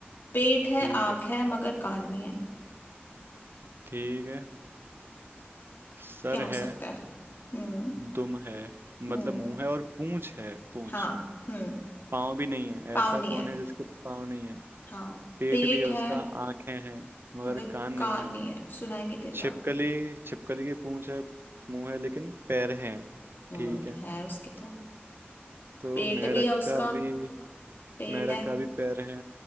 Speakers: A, on the left; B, on the right.
A: पेट है
B: ठीक
A: आंख
B: है
A: है मगर कान नहीं है
B: ठीक है सर
A: क्या हो
B: है
A: सकता है हम्म
B: दुम है मतलब
A: हम्म
B: मुंह है और पूंछ है पूंछ
A: हाँ हम्म
B: पाँव भी नहीं है
A: पाँव
B: ऐसा
A: नहीं
B: कौन
A: है
B: है जिसके पाँव नहीं है
A: हाँ
B: पेट
A: पेट
B: भी है उसका
A: है
B: आंखें हैं मगर
A: मगर
B: कान नहीं
A: कान
B: है
A: नहीं है सुनाई नहीं देता
B: छिपकली छिपकली की पूंछ है मुंह है लेकिन पैर हैं
A: हम्म
B: ठीक है
A: है उसके तो
B: तो
A: पेट
B: मेंढक
A: भी है उसका
B: का भी
A: पेट
B: मेंढक
A: है
B: का भी पैर है